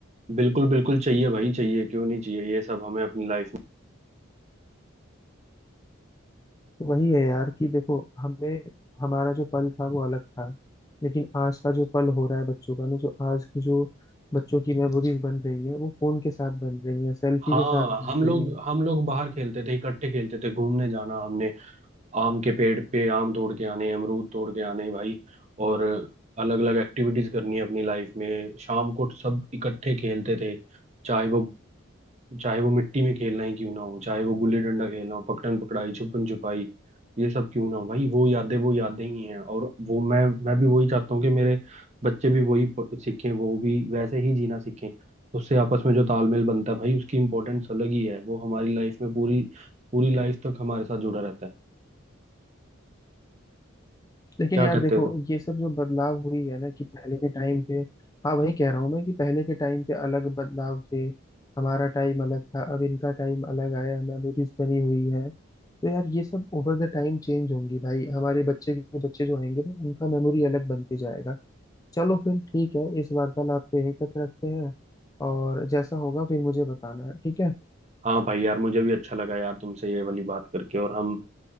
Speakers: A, on the right; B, on the left.
A: बिल्कुल बिल्कुल चाहिए भाई चाहिए क्यों नहीं चाहिए ये सब हमें अपनी लाइफ में
B: वही है यार कि देखो हमें हमारा जो पल था वो अलग था लेकिन आज का जो पल हो रहा है बच्चों का ना जो आज की जो बच्चों की मेमोरीज बन रही है वो फोन के साथ बन रही है सेल्फी
A: हाँ
B: के साथ बन
A: हम लोग
B: रही है
A: हम लोग बाहर खेलते थे इकट्ठे खेलते थे घूमने जाना हमने आम के पेड़ पे आम तोड़ के आने अमरूद तोड़ के आने भाई और अलग अलग एक्टिविटीज करनी है अपनी लाइफ में शाम को सब इकट्ठे खेलते थे चाहे वो चाहे वो मिट्टी में खेलना ही क्यों ना हो चाहे वो गुल्ली डंडा खेलना हो पकड़न पकड़ाई छुपन छुपाई ये सब क्यों ना हो भाई वो यादें वो यादें ही हैं और वो मैं मैं भी वही चाहता हूँ कि मेरे बच्चे भी वही प- सीखें वो भी वैसे ही जीना सीखें उससे आपस में जो तालमेल बनता है भाई उसकी इम्पोर्टेंस अलग ही है वो हमारी लाइफ में पूरी पूरी लाइफ तक हमारे साथ जुड़ा रहता है
B: लेकिन
A: क्या
B: यार
A: कहते
B: देखो
A: हो तुम
B: ये सब जो बदलाव हुई है ना कि पहले के टाइम पे हाँ वही कह रहा हूँ मैं कि पहले के टाइम पे अलग बदलाव थे हमारा टाइम अलग था अब इनका टाइम अलग आया मेमोरीज बनी हुई है तो यार ये सब ओवर द टाइम चेंज होंगी भाई हमारे बच्चे के बच्चे जो आएंगे ना उनका मेमोरी अलग बनते जाएगा चलो फिर ठीक है इस वार्तालाप को यहीं तक रखते हैं और जैसा होगा फिर मुझे बताना है। ठीक है
A: हाँ भाई यार मुझे भी अच्छा लगा यार तुमसे ये वाली बात करके और हम